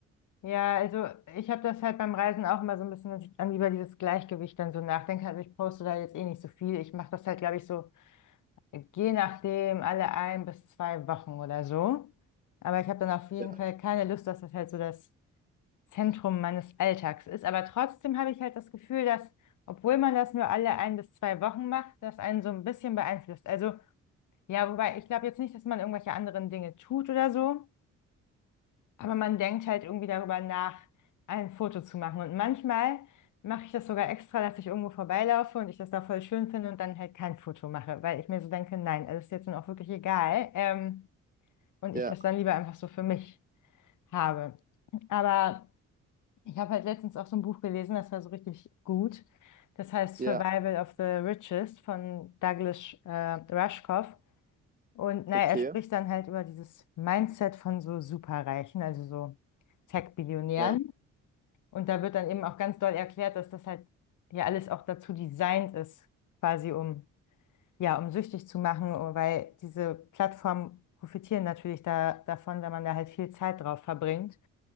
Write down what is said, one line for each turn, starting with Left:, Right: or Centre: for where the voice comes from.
Left: Ja, also ich habe das halt beim Reisen auch immer so ein bisschen, dass ich dann über dieses Gleichgewicht dann so nachdenke. Also ich poste da jetzt eh nicht so viel. Ich mache das halt, glaube ich, so je nachdem alle ein bis zwei Wochen oder so. Aber ich habe dann auf jeden
Right: Ja,
Left: Fall keine Lust, dass das halt so das Zentrum meines Alltags ist. Aber trotzdem habe ich halt das Gefühl, dass, obwohl man das nur alle ein bis zwei Wochen macht, das einen so ein bisschen beeinflusst. Also, ja, wobei ich glaube jetzt nicht, dass man irgendwelche anderen Dinge tut oder so, aber man denkt halt irgendwie darüber nach, ein Foto zu machen. Und manchmal mache ich das sogar extra, dass ich irgendwo vorbeilaufe und ich das da voll schön finde und dann halt kein Foto mache, weil ich mir so denke, nein, das ist jetzt nun auch wirklich egal. Ähm, und
Right: ja,
Left: ich das dann lieber einfach so für mich habe. Aber ich habe halt letztens auch so ein Buch gelesen, das war so richtig gut. Das heißt Survival
Right: ja,
Left: of the Richest von Douglas äh, Rushkoff. Und naja,
Right: okay.
Left: er spricht dann halt über dieses Mindset von so Superreichen, also so Tech-Billionären.
Right: Ja,
Left: Und da wird dann eben auch ganz doll erklärt, dass das halt ja alles auch dazu designt ist, quasi um, ja, um süchtig zu machen, oh, weil diese Plattformen profitieren natürlich da, davon, wenn man da halt viel Zeit drauf verbringt.